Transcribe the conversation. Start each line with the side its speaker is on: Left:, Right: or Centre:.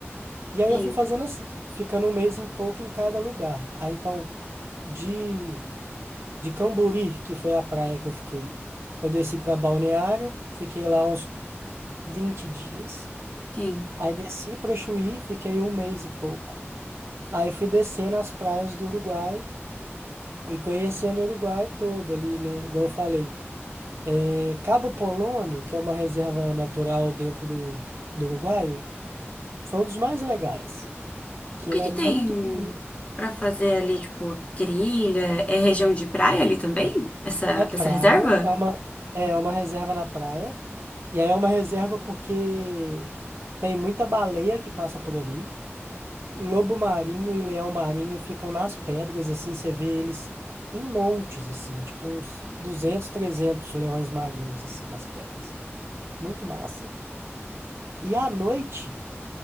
Right: E aí
Left: <laughs> Sim,
Right: eu fui fazendo assim, ficando um mês em pouco em cada lugar. Aí então, de, de Cambori, que foi a praia que eu fiquei, eu desci para Balneário, fiquei lá uns 20 dias.
Left: sim.
Right: Aí desci para Chuí, fiquei um mês e pouco. Aí fui descendo as praias do Uruguai e conhecendo o Uruguai todo ali, né? Igual eu falei, é, Cabo Polônio, que é uma reserva natural dentro do, do Uruguai, foi um dos mais legais, que
Left: O
Right: ele
Left: que
Right: é
Left: que
Right: muito
Left: tem
Right: bonito.
Left: pra fazer ali, tipo, trilha? É região de praia ali também? Essa,
Right: É praia,
Left: essa reserva?
Right: é uma, é uma reserva na praia. E aí é uma reserva porque tem muita baleia que passa por ali. Lobo marinho e leão marinho ficam nas pedras, assim, você vê eles em montes, assim, tipo uns 200, 300 leões marinhos, assim, nas pedras. Muito massa. E à noite,